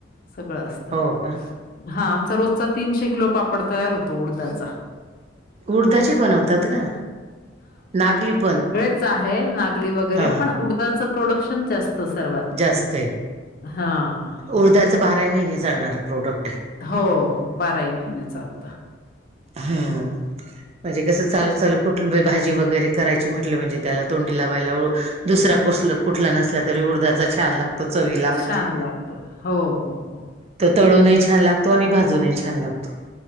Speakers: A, on the left; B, on the right.
A: सगळं असतं
B: हो का.
A: हा आमचा रोजचा तीनशे किलो पापड तयार होतो उडदाचा
B: उडदाचे बनवतात का नागली पण?
A: च आहे नागली वगैरे
B: हा
A: पण उडदाचं प्रोडक्शन जास्त सर्वात
B: जास्त आहे.
A: हां, हां, हां.
B: उडदाचं बाराही महिने चालणार प्रोडक्टय
A: हो हो बाराही महिने चालतं
B: हम् म्हणजे कस चालू चालू कुठ भाजी वगैरे करायची म्हंटले म्हणजे त्याला तोंडी लावायला दुसरा कुसलं कुठला नसला तरी उडदाचा छान लागतो चवीला म्हणजे
A: छान लागतं. हो, हो, हो.
B: तो तळूनही छान लागतो आणि भाजूनही छान लागतो.